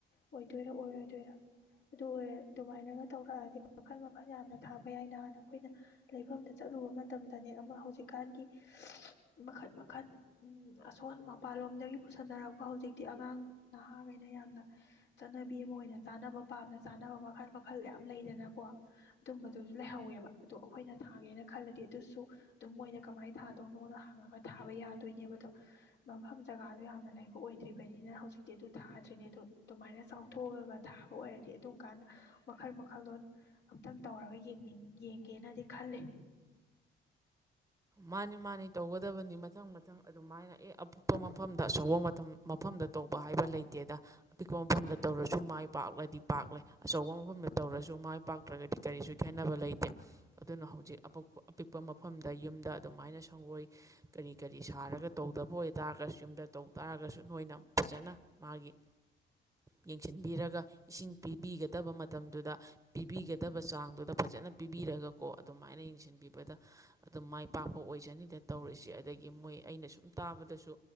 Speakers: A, on the left; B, on the right.
A: ꯑꯣꯏꯗꯣꯏꯔ ꯑꯣꯏꯔꯣꯏꯗꯣꯏꯔ ꯑꯗꯨ ꯑꯣꯏꯔ ꯑꯗꯨꯃꯥꯏꯅꯒ ꯇꯧꯔꯛꯑꯗꯤ ꯃꯈꯜ ꯃꯈꯜ ꯌꯥꯝꯅ ꯊꯥꯕ ꯌꯥꯏ ꯅꯍꯥꯟꯅ ꯑꯩꯈꯣꯏꯅ ꯂꯩꯐꯝꯗ ꯆꯠꯂꯨꯕ ꯃꯇꯝꯗꯅꯦ ꯑꯃ ꯍꯧꯖꯤꯛꯀꯥꯟꯒꯤ ꯃꯈꯜ ꯃꯈꯜ ꯑꯁꯣꯟ ꯃꯄꯥꯟꯂꯣꯝꯗꯒꯤ ꯄꯨꯁꯟꯅꯔꯛꯄ ꯍꯧꯖꯤꯛꯇꯤ ꯑꯉꯥꯡ ꯅꯍꯥꯈꯩꯅ ꯌꯥꯝꯅ ꯆꯠꯅꯕꯤ ꯑꯃ ꯑꯣꯏꯅ ꯆꯥꯅꯕ ꯄꯥꯝꯅ ꯆꯥꯅꯕ ꯃꯈꯜ ꯃꯈꯜ ꯌꯥꯝ ꯂꯩꯗꯅꯀꯣ ꯑꯗꯨꯝꯕꯗꯨꯁꯨ ꯂꯩꯍꯧꯋꯦꯕ ꯑꯗꯣ ꯑꯩꯈꯣꯏꯅ ꯊꯥꯒꯦꯅ ꯈꯜꯂꯗꯤ ꯑꯗꯨꯁꯨ ꯑꯗꯨꯝ ꯃꯣꯏꯅ ꯀꯃꯥꯏꯅ ꯊꯥꯗꯧꯅꯣꯅ ꯍꯥꯡꯉꯒ ꯊꯥꯕ ꯌꯥꯗꯣꯏꯅꯦꯕ ꯑꯗꯣ ꯃꯐꯝ ꯖꯒꯥꯗꯣ ꯌꯥꯝꯅ ꯂꯩꯕ ꯑꯣꯏꯗ꯭ꯔꯤꯕꯅꯤꯅ ꯍꯧꯖꯤꯛꯇꯤ ꯑꯗꯨ ꯊꯥꯗ꯭ꯔꯤꯅꯦ ꯑꯗꯣ ꯑꯗꯨꯃꯥꯏꯅ ꯆꯥꯎꯊꯣꯛꯑꯒ ꯊꯥꯕ ꯑꯣꯏꯔꯗꯤ ꯑꯗꯨꯨꯝ ꯀꯥꯟꯗ ꯋꯥꯜ ꯃꯈꯜꯂꯣꯟ ꯑꯝꯇꯪ ꯇꯧꯔꯒꯅꯤꯡ ꯌꯦꯡꯒꯦꯅꯗꯤ ꯈꯜꯂꯤ
B: ꯃꯥꯅꯤ ꯃꯥꯅꯤ ꯇꯧꯒꯗꯕꯅꯤ ꯃꯊꯪ ꯃꯊꯪ ꯑꯗꯨꯃꯥꯏꯅ ꯑꯦ ꯑꯄꯨꯞꯄ ꯃꯐꯝ ꯗ ꯑꯆꯧꯕ ꯃꯐꯝꯗ ꯇꯧꯕ ꯍꯥꯏꯕ ꯂꯩꯇꯦꯗ ꯑꯄꯤꯛꯄ ꯃꯐꯝꯗ ꯇꯧꯔꯁꯨ ꯃꯥꯏ ꯄꯥꯛꯂꯗꯤ ꯄꯥꯛꯂꯦ ꯑꯆꯧꯕ ꯃꯐꯝꯗ ꯇꯧꯔꯁꯨ ꯃꯥꯏ ꯄꯥꯛꯇ꯭ꯔꯒꯗꯤ ꯀꯔꯤꯁꯨ ꯈꯦꯠꯅꯕ ꯂꯩꯇꯦ ꯑꯗꯨꯅ ꯍꯧꯖꯤꯛ ꯑꯄꯤꯛꯄ ꯃꯐꯝꯗ ꯌꯨꯝꯗ ꯑꯗꯨꯃꯥꯏꯅ ꯁꯪꯒꯣꯏ ꯀꯔꯤ ꯀꯔꯤ ꯁꯥꯔꯒ ꯇꯧꯗꯕ ꯑꯣꯏꯇꯥꯔꯒꯁꯨ ꯌꯨꯝꯗ ꯇꯧ ꯇꯥꯔꯒꯁꯨ ꯅꯣꯏꯅ ꯐꯖꯅ ꯃꯥꯒꯤ ꯌꯦꯡꯁꯤꯟꯕꯤꯔꯒ ꯏꯁꯤꯡ ꯄꯤꯕꯤꯒꯗꯕ ꯃꯇꯝꯗꯨꯗ ꯄꯤꯕꯤꯒꯗꯕ ꯆꯥꯡꯗꯨꯗ ꯐꯖꯅ ꯄꯤꯕꯤꯔꯒꯀꯣ ꯑꯗꯨꯃꯥꯏꯅ ꯌꯦꯡꯁꯤꯟꯕꯤꯕꯗ ꯑꯗꯨꯝ ꯃꯥꯏ ꯄꯥꯛꯄ ꯑꯣꯏꯖꯅꯤꯗ ꯇꯧꯔꯤꯁꯤ ꯑꯗꯒꯤ ꯃꯣꯏ ꯑꯩꯅ ꯁꯨꯝ ꯇꯥꯕꯗꯁꯨ